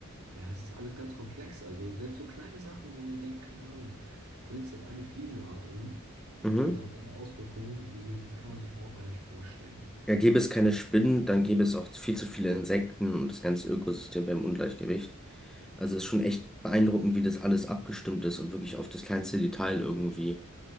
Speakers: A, on the right (about 80°); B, in the centre.
A: ja, es ist alles ganz komplex. Also selbst so kleine Sachen, wenn man denkt, keine Ahnung, du bringst jetzt eine Fliegenart um,
B: Mhm.
A: das hat dann am Ende Auswirkungen, die sind, die kann man sich überhaupt gar nicht vorstellen.
B: Ja, gäbe es keine Spinnen, dann gäbe es auch viel zu viele Insekten und das ganze Ökosystem wäre im Ungleichgewicht. Also es ist schon echt beeindruckend, wie das alles abgestimmt ist und wirklich auf das kleinste Detail irgendwie